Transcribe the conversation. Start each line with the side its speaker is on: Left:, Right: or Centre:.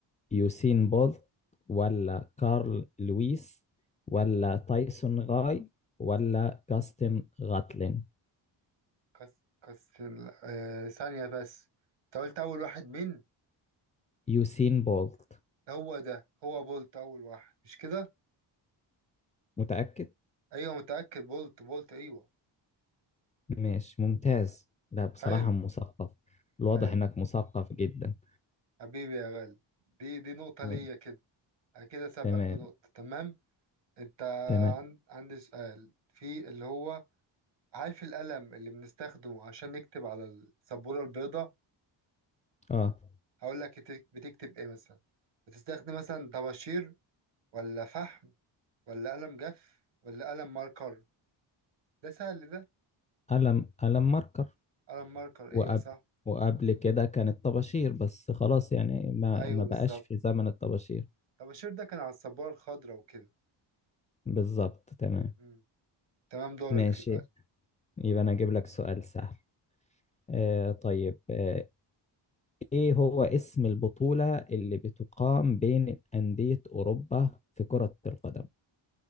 Left: يوسين بولت ولا كارل لويس ولا تايسون غاي ولا جاستن غاتلين
Right: كس كس آه ثانية بس أنت قلت أول واحد مين
Left: يوسين بولت
Right: هو ده هو بولت أول واحد مش كده
Left: متأكد
Right: ايوه متأكد بولت بولت ايوه
Left: ماشي ممتاز لا بصراحة
Right: حلو
Left: مثقف الواضح
Right: حلو
Left: انك مثقف جدا
Right: حبيبي يا غالي دي دي نقطة
Left: تمام
Right: ليا كده انا كده سابقك
Left: تمام
Right: بنقطة تمام انت
Left: تمام
Right: عن... عندي سؤال في اللي هو عارف القلم اللي بنستخدمه عشان نكتب على السبورة البيضاء
Left: اه
Right: هقول لك بتك- بتكتب ايه مثلا بتستخدم مثلا طباشير ولا فحم ولا قلم جاف ولا قلم ماركر ده سهل ده
Left: ألم ألم ماركر
Right: قلم ماركر
Left: وقبل
Right: ايوه صح
Left: وقبل كده كانت طباشير بس خلاص يعني ما
Right: ايوه
Left: ما
Right: بالظبط
Left: بقاش في زمن الطباشير
Right: طباشير ده كان على السبورة الخضراء وكده
Left: بالظبط تمام
Right: مم. تمام دورك
Left: ماشي
Right: دلوقتي
Left: يبقى انا اجيب لك سؤال سهل آه طيب آه ايه هو اسم البطولة اللي بتقام بين أندية أوروبا في كرة القدم